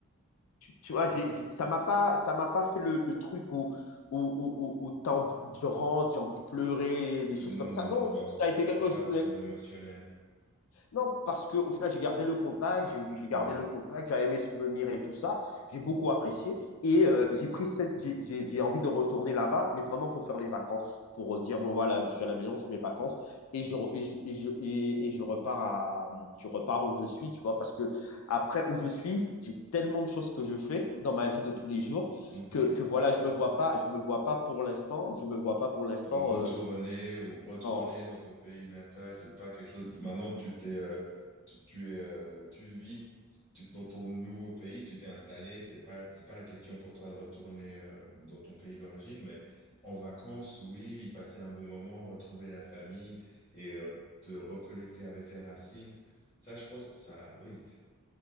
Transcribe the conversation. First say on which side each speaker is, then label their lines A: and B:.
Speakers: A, on the left; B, on the left.
A: tu, tu vois, j'ai, j'ai- ça m'a pas, ça m'a pas fait le, le truc où où, où, où, où t'as envie- je rentre, j'ai envie de pleurer, des choses
B: Hmm,
A: comme ça. Non,
B: wow,
A: ça a été
B: c'était
A: quelque
B: pas
A: chose,
B: très émotionnel.
A: Non, parce que au final, j'ai gardé le contact, j'ai j'ai gardé
B: Hmm,
A: le contact, j'avais mes souvenirs et tout ça. J'ai beaucoup apprécié et euh, j'ai pris cette, j'ai j'ai- j'ai envie de retourner là-bas, mais vraiment pour faire les vacances, pour euh, dire bon voilà, je suis à la maison, je fais mes vacances et je re- et je et je, et- et je repars à je repars où je suis, tu vois, parce que après où je suis, j'ai tellement de choses que je fais dans ma vie de tous les jours
B: mhm.
A: que que voilà, je me vois pas, je me vois pas pour l'instant, je me vois pas pour l'instant.
B: Retourner
A: euh,
B: ou retourner
A: non.
B: dans ton pays natal, c'est pas quelque chose. Maintenant, tu t'es, euh, tu, tu es, euh, tu vis tu- dans ton nouveau pays, tu t'es installé. C'est pas, c'est pas la question pour toi de retourner euh, dans ton pays d'origine, mais en vacances, oui, y passer un bon moment, retrouver la famille et euh, te reconnecter avec les racines. Ça, je pense, ça, oui.